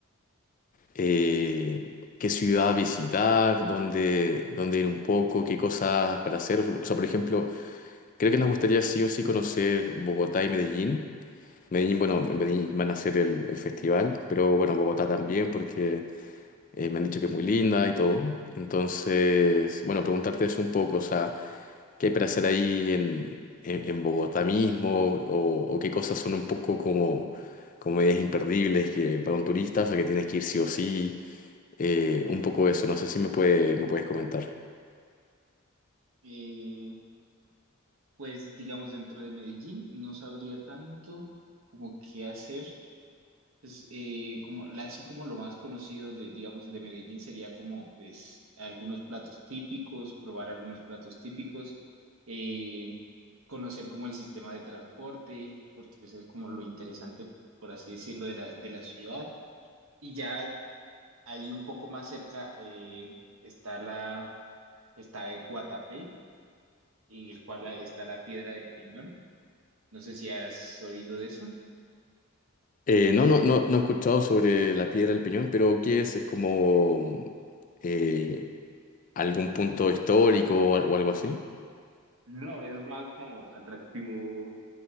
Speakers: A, on the left; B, on the right.
A: eh, qué ciudad visitar, dónde, dónde ir un poco, qué cosas para hacer. O sea, por ejemplo, creo que nos gustaría sí o sí conocer Bogotá y Medellín. Medellín, bueno, en Medellín van a hacer el, el festival, pero bueno, Bogotá también porque eh, me han dicho que es muy linda y todo. Entonces, bueno, preguntarte eso un poco, o sea, ¿qué hay para hacer ahí en, en, en Bogotá mismo? O, o qué cosas son un poco como, como medidas imperdibles que para un turista, o sea, que tienes que ir sí o sí? Eh, un poco eso, no sé si me puede, me puedes comentar.
B: Eh, pues digamos dentro de Medellín no sabría tanto como qué hacer. Pues eh, como la- así como lo más conocido de digamos de Medellín sería como pues algunos platos típicos, probar algunos platos típicos, eh, conocer como el sistema de transporte, porque pues es como lo interesante por así decirlo de la de la ciudad. Y ya ahí un poco más cerca eh, está la está Guatapé en el cual está la Piedra del Peñol. No sé si has oído de eso.
A: Eh, no, no, no, no he escuchado sobre la Piedra del Peñón, pero ¿qué es? ¿Es como eh, algún punto histórico o, al- o algo así?
B: No, es más como atractivo.